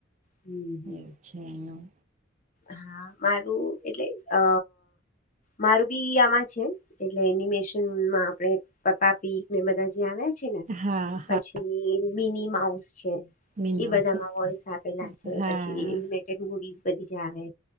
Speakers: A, on the left; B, on the right.
A: હમ હમ
B: એવું છે એનું.
A: હા મારું એટલે અ મારું બી આમાં છે એટલે એનિમેશનમાં આપણે પપ્પાપી ને બધા જે આવ્યા છે ને
B: હા હા
A: પછી મિની માઉસ છે.
B: મીન
A: એ
B: માઉસ
A: બધામાં
B: ઓકે
A: વોઇસ આપેલા છે
B: હા
A: પછી એનિમેટેડ મુવીઝ બધી જ આવે